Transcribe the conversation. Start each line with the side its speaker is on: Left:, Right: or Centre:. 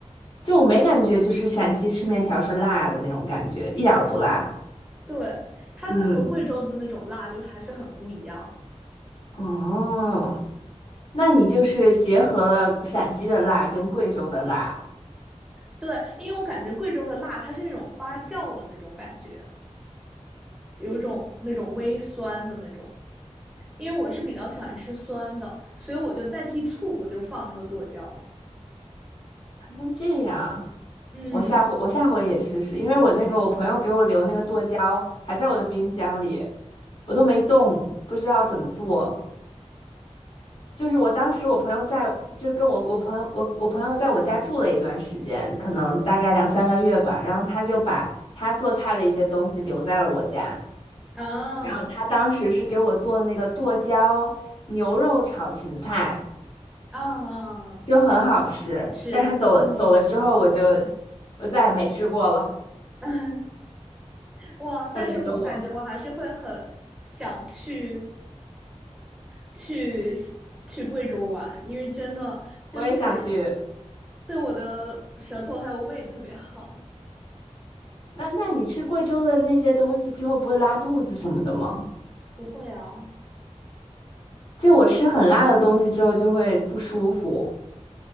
Left: 就我没感觉就是陕西吃面条是辣的那种感觉，一点儿不辣。
Centre: 对，它的和贵州的那种辣就还是很不一样的。
Left: 嗯，哦，那你就是结合了陕西的辣跟贵州的辣，
Centre: 对，因为我感觉贵州的辣它是那种发酵的那种感觉，有种那种微酸的那种。因为我是比较喜欢吃酸的，所以我就代替醋，我就放那个剁椒。
Left: 还能这样。
Centre: 嗯，
Left: 我下回我下回也试试，因为我那个我朋友给我留那个剁椒还在我的冰箱里，我都没动，不知道怎么做。就是我当时我朋友在，就跟我我朋友我我朋友在我家住了一段时间，可能大概两三个月吧，然后他就把他做菜的一些东西留在了我家，
Centre: 啊
Left: 然后他当时是给我做那个剁椒牛肉炒芹菜，
Centre: 啊，
Left: 就很好吃，
Centre: 吃，
Left: 但他走了走了之后，
Centre: 嗯，
Left: 我就我再也没吃过了，
Centre: <laughs> 哇！但是我感觉我还是会很想去
Left: 可怜的我。
Centre: 去去贵州玩，因为真的就是
Left: 我也想去。
Centre: 对我的舌头还有胃特别好。
Left: 那那你吃贵州的那些东西之后，不会拉肚子什么的吗？
Centre: 不会啊，
Left: 就我吃很辣的东西之后就会不舒服，